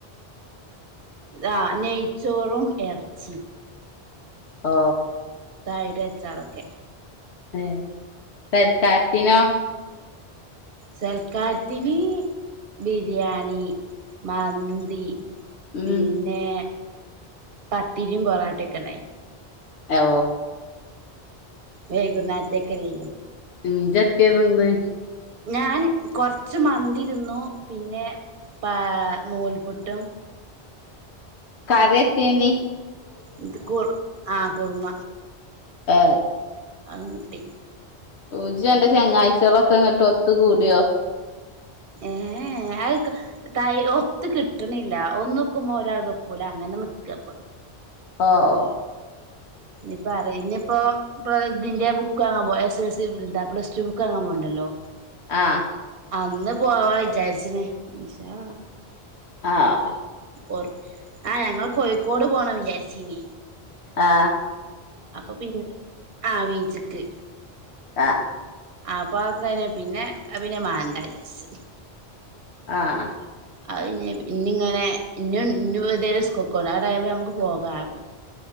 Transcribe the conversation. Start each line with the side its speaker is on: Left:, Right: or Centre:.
Right: ആ നെയ്ച്ചോറും ഇറച്ചി
Left: ഓ
Right: തൈരു അച്ചാറൊക്കെ
Left: ഏ തൽകാത്തിനോ
Right: സൽക്കാർത്തിന് ബിരിയാണി മന്തി
Left: ഉം
Right: പിന്നെ പത്തിരിയും പൊറാട്ടൊക്കെ ഉണ്ടായി
Left: ഓ
Right: വൈകുന്നേരത്തേക്കല്ലോ
Left: ഉം ജത്തെതിന്ന്
Right: ഞാൻ കുറച്ച് മന്തിതിന്നു പിന്നെ പ നൂൽപുട്ടും
Left: കറിയെത്തനി
Right: ഇ ആഹ് കുറുമ
Left: ഏ
Right: അതും കുട്ടി
Left: ഓഹ് ജ്ജ് അന്റെ ചങ്ങായ്ച്ച്ളൊക്കെ ഇങ്ങട്ട ഒത്ത് കൂടിയോ?
Right: ഏഹ് അഅ്‌ ക്ക്‌ തൈ ഒത്ത് ക്ട്ട്ണില്ലാ ഒന്ന്ക്കുമ്പോ ഒരാൾത് ഒക്കൂലാ അങ്ങനെ ന്ന്ക്ക്‌ആപ്പൊ.
Left: ഓഹ്.
Right: ഇപ്പ അറീഞ്പ്പൊ പ്പ ഇതിന്റെ ബുക്ക് വാങ്ങാ പോ എസ് എൽ സി ഇ ന്താ പ്ലസ്റ്റൂ ബുക്ക് ആങ്ങാം പോവ്ണ്ടല്ലോ.
Left: ആഹ്.
Right: അന്ന് പോവാ വിചാര്ച്ച്ണ് ഇൻശാ അല്ലാഹ്.
Left: ആഹ്.
Right: ഓർ ആഹ് ഞങ്ങള് കോയ്ക്കോട് പോണം വിചാര്ച്ചീനി.
Left: ആഹ്.
Right: അപ്പൊ പിന്നെ ആഹ് വീച്ച്ക്ക്.
Left: ആഹ്.
Right: ആഹ് അപ്പോ അതൊക്കെ കയ്ഞ് പിന്നെ പിന്നെ മാണ്ടാചാര്ച്.
Left: ആഹ്.
Right: അഅ്‌ ഇഞ്ഞി ഇഞ്ഞിങ്ങനെ ഇഞ്ഞു <unintelligible> <unintelligible> ആ ടൈമ് ഞമ്മക്ക് പോകാ <unintelligible>